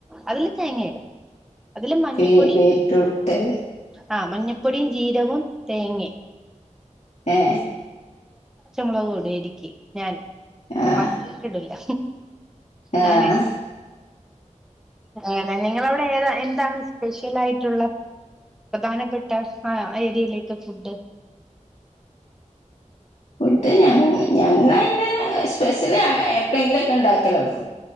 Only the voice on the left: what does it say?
ബീ ബീറ്റ്റൂട്ട്
ഏഹ്
ആഹ്
ആഹ്
ഫുഡ് ഞങ്ങാ ഞങ്ങൾ പിന്നെ സ്പെഷ്യൽ എപ്പളെങ്കിലു ഒക്കെ ഉണ്ടാക്കലു ഉള്ളു.